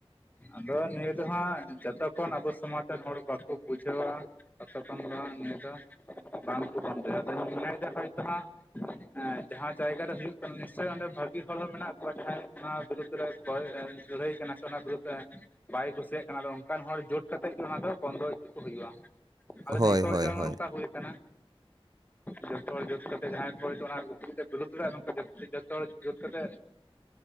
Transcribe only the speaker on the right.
ᱦᱳᱭ
ᱦᱳᱭ
ᱦᱳᱭ